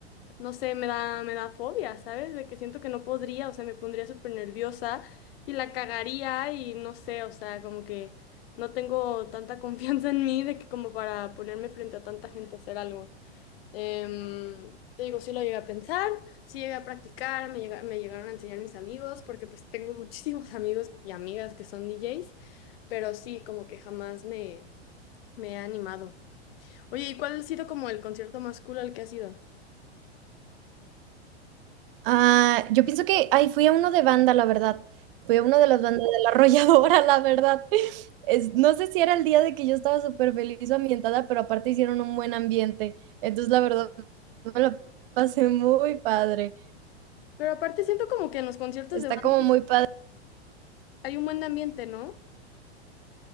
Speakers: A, on the left; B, on the right.
A: no sé, me da, me da fobia, ¿sabes? De que siento que no podría, o sea, me pondría súper nerviosa y la cagaría y no sé, o sea, como que no tengo tanta <laughs> confianza en mí de que como para ponerme frente a tanta gente a hacer algo. Em, te digo, sí lo llegué a pensar, sí llegué a practicar, me, llega- me llegaron a enseñar mis amigos, porque pues tengo muchísimos <laughs> amigos y amigas que son DJs, pero sí, como que jamás me, me he animado. Oye, ¿y cuál ha sido como el concierto más cool al que has ido?
B: Ah, yo pienso que, ay, fui a uno de banda, la verdad. Fui a uno de las bandas de la arrolladora, la verdad. Es- no sé si era el día de que yo estaba súper feliz o ambientada, pero aparte hicieron un buen ambiente. Entonces, la verdad, me la pasé muy padre.
A: Pero aparte siento como que en los conciertos
B: Está
A: de banda
B: como muy padre.
A: hay un buen ambiente, ¿no?